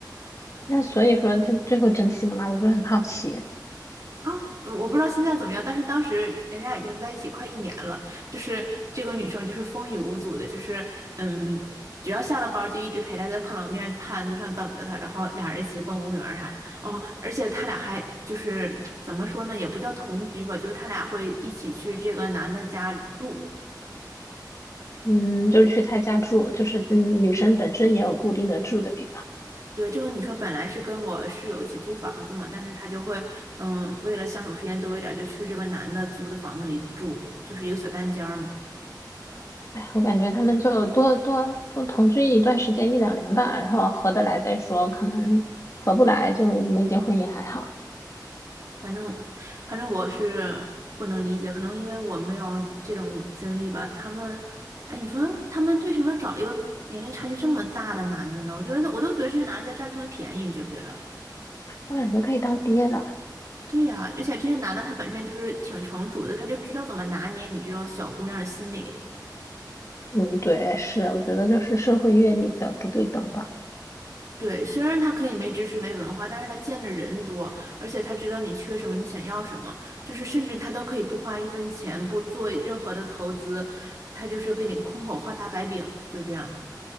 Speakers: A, on the left (about 45°); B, on the right (about 45°).
A: 那所以说他最后珍惜了吗？我就很好奇。
B: 啊，我不知道现在怎么样，但是当时人家已经在一起快一年了，就是这个女生就是风雨无阻的，就是嗯，只要下了班儿就一直陪她在烤冷面摊子上等着她，然后俩人一起逛公园儿啥的。哦，而且他俩还就是怎么说呢，也不叫同居吧，就是他俩会一起去这个男的家住。
A: 嗯，就是去他家住，就是嗯，女生本身也有固定的住的地方。
B: 对，这个女生本来是跟我室友一起租房子嘛，但是她就会嗯，为了相处时间多一点儿，就去这个男的租的房子里住，就是一个小单间儿嘛。
A: 哎，我感觉他们就多多多同居一段时间，一两年吧，然后合得来再说，可能合不来就没结婚也还好。
B: 反正反正我是不能理解，可能因为我没有这种经历吧。他们，哎，你说他们为什么要找一个年龄差距这么大的男的呢？我觉得我都觉得这些男的在占他们便宜，你觉不觉得？
A: 我感觉可以当爹了。
B: 对呀，而且这些男的他本身就是挺成熟的，他就知道怎么拿捏你这种小姑娘的心理。
A: 嗯，对，是，我觉得就是社会阅历的不对等吧。
B: 对，虽然他可以没知识、没文化，但是他见的人多，而且他知道你缺什么，你想要什么，就是甚至他都可以不花一分钱，不做任何的投资，他就是给你空口画大白饼，就这样。